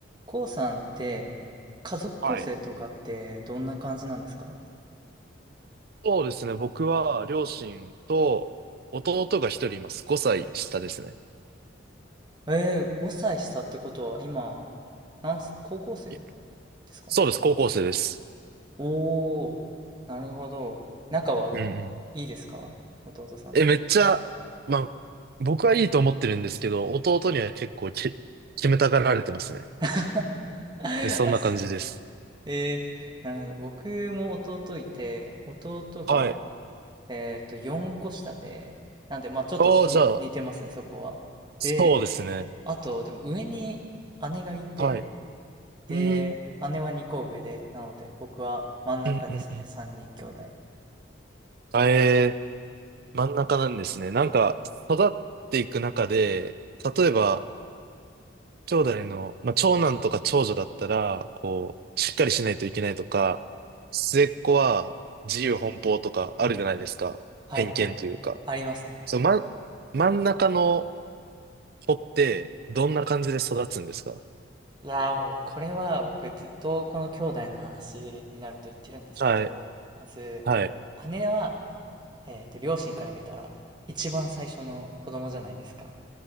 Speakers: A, on the right; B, on the right.
A: こうさんって、家族構成とかってどんな感じなんですか
B: はい。そうですね。僕は両親と弟が一人います。5歳下ですね。
A: えー、5歳下ってことは今、なんす、高校生で
B: え
A: すか
B: そうです。高校生です。
A: おー、なるほど。仲は
B: うんうん。
A: いいですか弟さんと。
B: え、めっちゃ、まあ、僕はいいと思ってるんですけど、弟には結構き決めたがられてますね。
A: <laughs>
B: え、そんな感じです。
A: あす、えー、なるほど。僕も弟いて、弟が、
B: はい。
A: えっと、4個下で、なんで、まあちょっとに似てますね、
B: ああ、じゃあ、
A: そこは。
B: そうですね。
A: で、あと、でも上に姉がいて、
B: はい。
A: で、
B: うーん。
A: 姉は2個上で、なので僕は真ん中ですね。
B: うんうんうん。
A: 3人兄弟の。
B: あ、えー、真ん中なんですね。なんか、育っていく中で、例えば、兄弟の、まあ、長男とか長女だったら、こう、しっかりしないといけないとか、末っ子は自由奔放とかあるじゃないですか。
A: はいはい。
B: 偏見というか。
A: ありますね。
B: そう、ま、真ん中の子ってどんな感じで育つんですか
A: いやーもうこれは僕ずっとこの兄弟の話になると言ってるんですけど、
B: はい、
A: まず、
B: はい、
A: 姉は、えっと、両親から見たら一番最初の子供じゃないですか。